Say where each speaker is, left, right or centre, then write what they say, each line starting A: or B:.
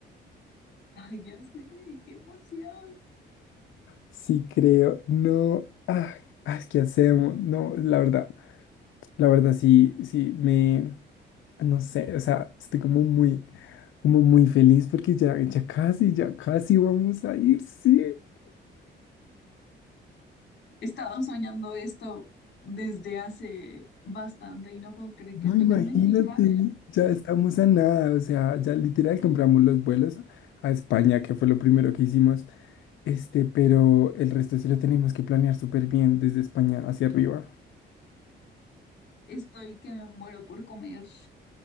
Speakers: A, on the left (about 60°); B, on the left (about 80°).
A: Ay, ya sé, qué emoción.
B: Sí, creo, no, ay, ay, ¿qué hacemos? No, la verdad, la verdad sí, sí, me, no sé, o sea, estoy como muy, como muy feliz porque ya, ya casi, ya casi vamos a ir, sí.
A: He estado soñando esto desde hace bastante y no puedo creer
B: No,
A: que finalmente
B: imagínate,
A: ya
B: ya estamos a nada, o sea, ya literal compramos los vuelos a España, que fue lo primero que hicimos, este, pero el resto sí lo tenemos que planear súper bien desde España hacia arriba.
A: estoy que me muero por comer.